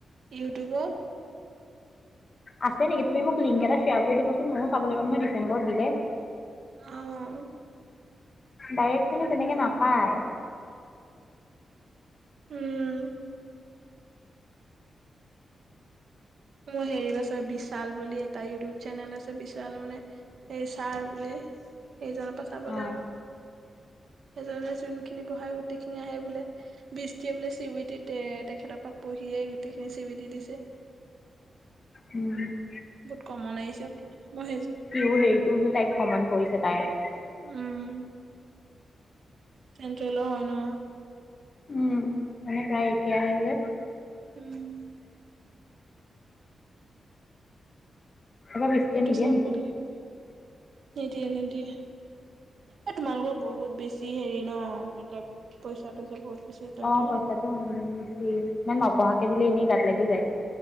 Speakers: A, on the right; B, on the left.
A: ইউটিউবত
B: আছে নেকি তুমি মোক লিংক কেইটা শ্বেয়াৰ কৰি দিবাচোন মইয়ো চাব লাগিব নহয় ডিচম্বৰত দিলে
A: অ
B: ডাইৰেক্ট মানে তেনেকে
A: কৰি
B: নাপায়
A: থ উম মোৰ হেৰি বাচৰ বিশাল বুলি এটা ইউটিউব চেনেল আছে বিশাল মানে এই ছাৰ বুলি সেইজনৰ পৰা চাব
B: অ'।
A: লাগিব সেইজনে যোনখিনি পঢ়াই গোটেইখিনি আহে বোলে বৃষ্টিয়ে বোলে চিবিডী তেখেতৰ পৰা পঢ়িয়েই গোটেইখিনি চিবিডী দিছে
B: উম
A: বহুত কমন আহিছে বোলে মই ভাবিছো
B: তোৰ হেৰিটোওতো তাইক কমন পৰিছে তাইৰ
A: উম চেন্ট্ৰেলৰ হয় ন
B: উম, মানে তাই এতিয়া আহে যে
A: উম
B: এইবাৰ বেছিকে
A: সেইটো
B: নিদিয়ে
A: চাব
B: নেকি?
A: লাগিব নিদিয়ে নিদিয়ে এ তোমালোকৰ বহুত বেছি হেৰি ন মতলপ পইচাটো যে বহুত বেছি লয়
B: অ
A: ন।
B: পইচাটো হ'লে বেছি সেইকাৰণে নপঢ়াকে দিলে এনেই গাত লাগি যায়